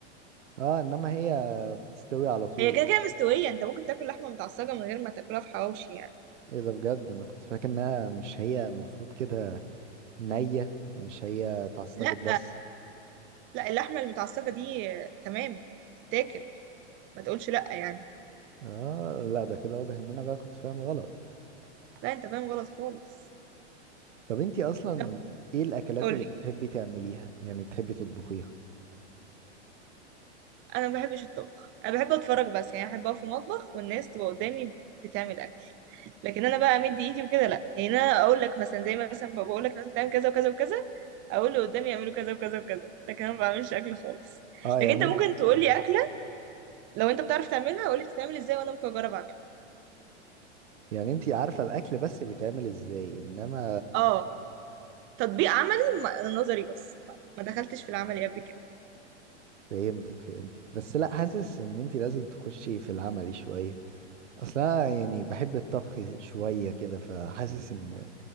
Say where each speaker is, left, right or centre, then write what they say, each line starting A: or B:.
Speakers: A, on the right; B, on the right.
A: اه انما هي بتستوي على طول
B: هي كده كده مستويه انت ممكن تاكل لحمه متعصجه من غير ما تاكلها في حواوشي يعني
A: ايه ده بجد انا كنت فاكر انها مش هي المفروض كده نية مش هي اتعصجت
B: لا
A: بس
B: لا اللحمه المتعصجه دي آه، تمام تتاكل ما تقولش لا يعني
A: اه لا ده كده واضح ان انا بقى كنت فاهم غلط
B: لا انت فاهم غلط خالص
A: طب انتي اصلا
B: طب
A: ايه الاكلات
B: قولي
A: اللي بتحبي تعمليها يعني بتحبي تطبخيها
B: انا ما بحبش الطبخ انا بحب اتفرج بس يعني بحب اقف في المطبخ والناس تبقى قدامي بتعمل اكل لكن انا بقى امد ايدي وكده لا يعني انا اقول لك مثلا زي ما مثلا بقول لك مثلا تعمل كذا وكذا وكذا اقول اللي قدامي يعملوا كذا وكذا وكذا لكن انا ما بعملش اكل خالص
A: اه يعني
B: لكن انت ممكن
A: انت
B: تقول
A: مم.
B: لي اكله لو انت بتعرف تعملها قول لي بتتعمل ازاي وانا ممكن اجرب اعملها
A: يعني انتي عارفة الاكل بس بيتعمل ازاي انما
B: اه تطبيق عملي ما- انا نظري بس ما ما دخلتش في العملي قبل كده
A: فهمتك فهمتك بس لا حاسس ان انتي لازم تخشي في العملي شوية اصلا يعني بحب الطبخ شوية كده فحاسس ان